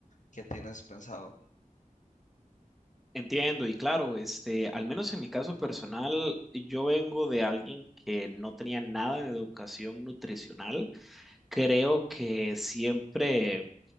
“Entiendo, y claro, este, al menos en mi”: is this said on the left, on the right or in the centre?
Centre